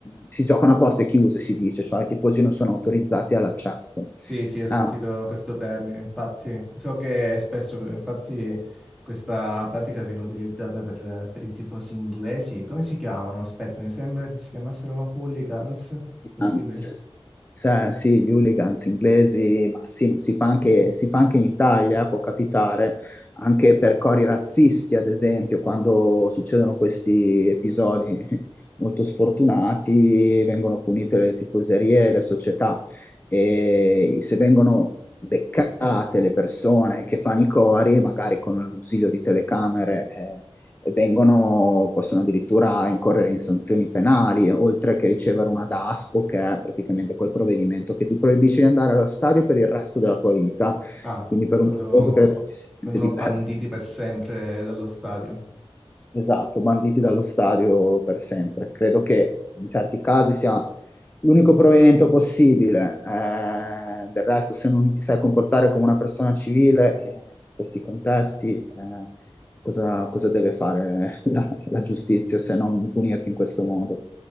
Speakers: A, on the left; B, in the centre.
A: si giocano a porte chiuse, si dice, cioè i tifosi non sono autorizzati all'accesso.
B: Sì, sì, ho sentito
A: Ah,
B: questo termine, infatti. So che spesso, infatti, questa pratica viene utilizzata per, per i tifosi inglesi. Come si chiamano? Aspetta, mi sembra che si chiamassero hooligans. Possibile?
A: anzi. Sa- sì, di hooligans inglesi, ma sì, si fa anche, si fa anche in Italia, eh, può capitare, anche per cori razzisti, ad esempio, quando succedono questi episodi molto sfortunati, vengono punite le tifoserie e le società. E se vengono beccate le persone che fanno i cori, magari con l'ausilio di telecamere, eh, e vengono, possono addirittura incorrere in sanzioni penali, oltre che ricevere una DASPO, che è praticamente quel provvedimento che ti proibisce di andare allo stadio per il resto della tua vita.
B: Ah,
A: Quindi per
B: proprio
A: un tifoso credo che sia niente
B: vengono
A: di
B: banditi
A: peggio.
B: per sempre dallo stadio.
A: Esatto, banditi dallo stadio per sempre. Credo che in certi casi sia l'unico provvedimento possibile. Eh, del resto, se non ti sai comportare come una persona civile, eh, in questi contesti, eh, cosa, cosa deve fare <laughs> la, la giustizia se non punirti in questo modo?